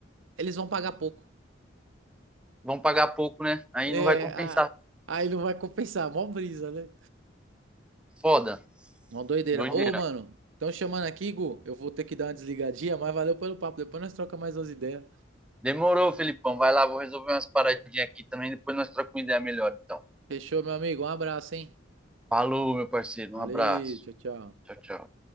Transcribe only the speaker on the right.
eles vão pagar pouco.
É,
a- aí não vai compensar, mó brisa, né?
Mó doideira.
Ô, mano, estão chamando aqui, Gu. Eu vou ter que dar uma desligadinha, mas valeu pelo papo. Depois nós troca mais umas ideias.
Fechou, meu amigo? Um abraço, hein?
Valeu,
tchau, tchau.